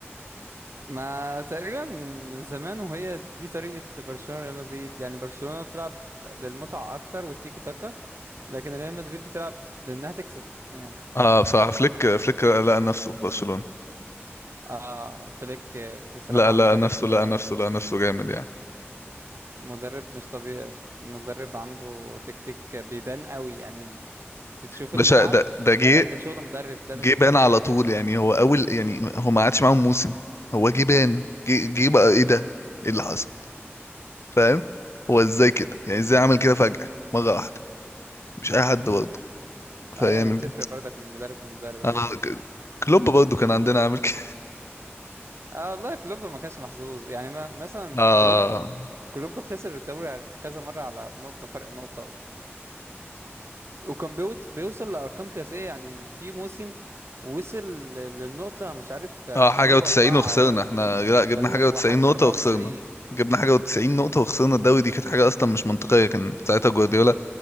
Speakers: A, on the right; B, on the left.
A: ما تقريبا من من زمان وهي دي طريقة برشلونة ريال مدريد يعني برشلونة بتلعب للمتعة أكتر والتيكي تاكا لكن ريال مدريد بتلعب لأنها تكسب يعني
B: اه بصراحة فليك فليك لقى نفسه في برشلونة
A: آه فليك آه، بصراحة
B: لا لا
A: مدرب
B: نفسه لا
A: آه،
B: نفسه لا نفسه جامد يعني
A: مدرب مش طبيعي مدرب عنده تكتيك بيبان قوي يعني بتشوف
B: باشا
A: الملعب
B: ده ده جه
A: ده ده شغل مدرب ده
B: جه
A: مش
B: بان
A: مش
B: على طول يعني هو اول يعني هو ما قعدش معاهم موسم هو جه بان جه جه بقى ايه ده ايه اللي حصل فاهم هو ازاي كده يعني ازاي عمل كده فجأة مرة واحدة مش اي حد
A: مم.
B: برضه فيعمل
A: أيوة بتفرق
B: كده
A: برضك من مدرب لمدرب
B: آه ك- كلوب برضه كان عندنا عامل كده
A: اه والله كلوب ما كانش محظوظ يعني ما مثلا
B: <laughs> اه
A: كلوب كلوب خسر الدوري كذا مرة على نقطة فرق نقطة وكان بيود بيوصل لأرقام قياسية يعني في موسم وصل ل- للنقطة مش عارف آه،
B: اه
A: 104
B: حاجة و90 وخسرنا
A: ولا
B: احنا لا جبنا
A: ولا
B: حاجة
A: وح-
B: و90
A: و94
B: نقطة وخسرنا جبنا حاجة و90 نقطة وخسرنا الدوري دي كانت حاجة أصلا مش منطقية كان ساعتها جوارديولا